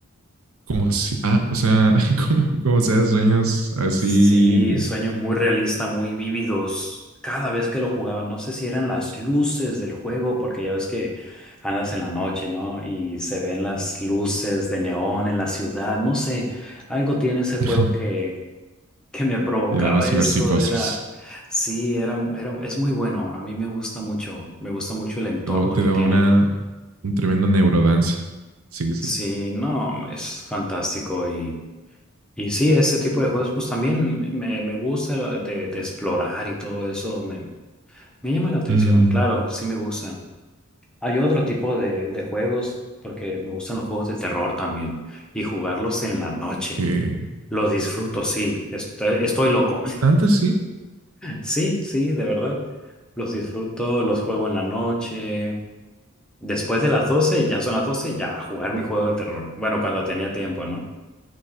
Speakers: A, on the right; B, in the centre.
A: Como si, ah, o sea, <laughs> como, como sea, sueños así
B: Sí, sueños muy realistas, muy vívidos. Cada vez que lo jugaban, no sé si eran las luces del juego, porque ya ves que andas en la noche, ¿no? Y se ven las luces de neón en la ciudad. No sé, algo tiene ese juego
A: <laughs>
B: que, que me provocaba
A: te daba ciberpsicosis.
B: eso. Era, sí, era, era, es muy bueno. A mí me gusta mucho. Me gusta mucho el entorno
A: Te daba, te
B: que
A: daba
B: tiene.
A: una, un tremendo neurodanza. Sí, sí.
B: Sí, no, es fantástico Y sí, este tipo de juegos pues también me, me- me gusta lo de, de explorar y todo eso, me, me llama la atención,
A: Mm,
B: claro, sí me gusta. Hay otro tipo de, de juegos, porque me gustan los juegos de terror también, y jugarlos en la noche,
A: que
B: los disfruto, sí, estoy, estoy loco,
A: tanto sí.
B: <laughs> sí, sí, de verdad, los disfruto, los juego en la noche, después de las 12 ya son las 12 ya a jugar mi juego de terror, bueno, cuando tenía tiempo, ¿no?